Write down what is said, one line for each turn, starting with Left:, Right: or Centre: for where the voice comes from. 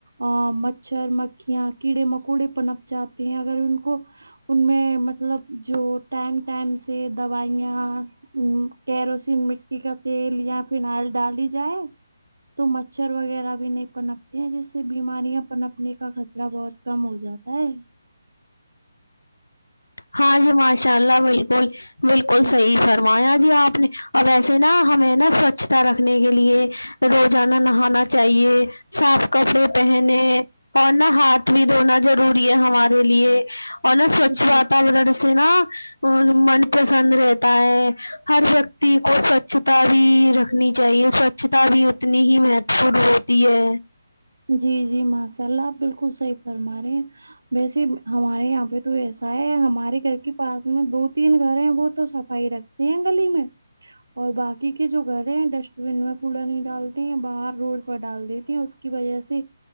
Right: ا مچھر مکھیاں کیڑے مکوڑے پنپ جاتے ہیں اگر ان کو ان میں مطلب جو ٹائم ٹائم سے دوائیاں م کیروسین مٹی کا تیل یا فائنل ڈالی جائے تو مچھر وغیرہ بھی نہیں پنپتے ہیں جس سے بیماریاں پنپنے کا خطرہ بہت کم ہو جاتا ہے
Left: ہاں جی ماشاء اللہ بالکل بالکل
Right: جی
Left: صحیح فرمایا جی آپ نے اور ویسے نا ہمیں نا سوچھتا رکھنے کے لیے روزانہ نہانا چاہیے صاف کپڑے پہنے اور نہا ہاتھ بھی دھونا ضروری ہے ہمارے لیے اور نا سوچھ
Right: جی
Left: واتاورن
Right: جی
Left: سے نا من پرسن رہتا ہے ہر ویکتی کو سوچھتا بھی رکھنی چاہیے سوچھتا بھی اتنی ہی مہتوپورن ہو تی ہے
Right: جی جی ماشاء اللہ آپ بالکل صحیح فرما رہے ہیں ویسے ہمارے یہاں پہ تو ایسا ہے ہمارے گھر کے پاس میں دو تین گھر ہیں وہ تو صفائی رکھ تے ہیں گلی میں اور باقی کے جو گہرے ڈسٹ بین میں کوڑا نہیں ڈالتے ہیں باہر روڈ پر ڈال دیتی ہیں اس کہ بھائی ایسے